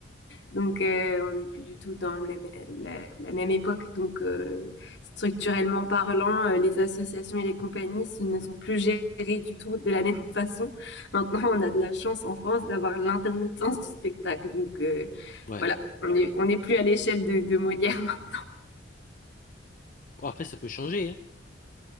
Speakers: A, on the left; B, on the left.
A: donc euh, on n'est plus du tout dans le même, la, la même époque. Donc euh, structurellement parlant, euh, les associations et les compagnies ne sont plus gérées du tout de la même <laughs> façon. Maintenant, on a de la chance en France d'avoir l'intermittence du spectacle. Donc euh,
B: ouais.
A: voilà. On n'est on est plus à l'échelle de, de Molière. <laughs>
B: Bon, après, ça peut changer, hein.